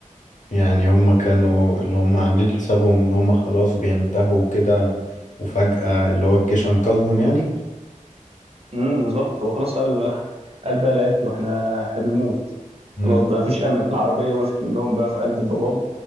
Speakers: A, on the left; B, on the right.
A: يعني هما كانوا اللي هما عاملين حسابهم ان هما خلاص بينتهوا كده وفجأة اللي هو الجيش انقذهم يعني
B: امم بالظبط هو خلاص قال بقى قال بقى لعيلته احنا احنا بنموت
A: مم.
B: خلاص بقى مفيش امل العربيه وقفت منهم بقى في قلب الضباب